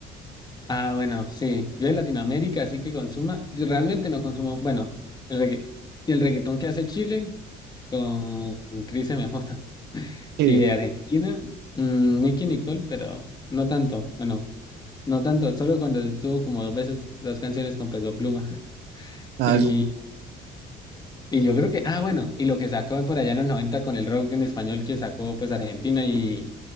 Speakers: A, on the left; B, on the right.
A: Ah, bueno, sí. Yo de Latinoamérica, así que consuma. Yo realmente no consumo. Bueno, el regga- y el reggaetón que hace Chile con Cris MJ.
B: Sí,
A: Y de Argentina, mm, Nicki Nicole, pero no tanto. Bueno, no tanto. Solo cuando estuvo como dos veces dos canciones con Peso Pluma. <laughs>
B: ah,
A: Y,
B: s-
A: y yo creo que. Ah, bueno. Y lo que sacó por allá en los 90 con el rock en español que sacó pues Argentina y,